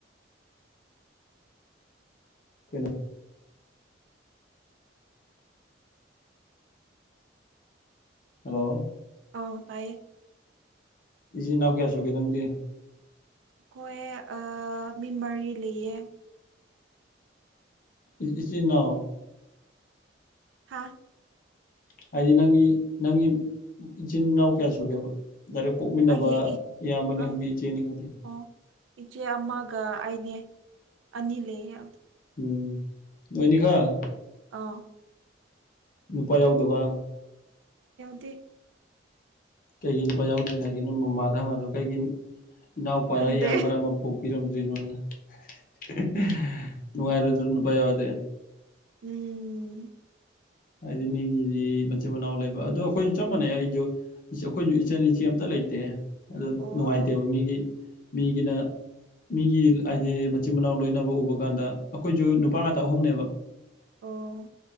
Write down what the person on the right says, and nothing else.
ꯑꯣ ꯇꯥꯏꯌꯦ
ꯑꯩꯈꯣꯏ ꯑꯥ ꯃꯤ ꯃꯔꯤ ꯂꯩꯌꯦ
ꯍꯥꯥ
ꯑꯩꯒꯤ ꯏ
ꯑ
ꯑꯣ ꯏꯆꯦ ꯑꯃꯒ ꯑꯩꯅꯦ ꯑꯅꯤ ꯂꯩꯌꯦ
ꯑꯥ
ꯗꯦ
ꯈꯪꯗꯦ
ꯎꯝ
ꯑꯣ
ꯑꯣ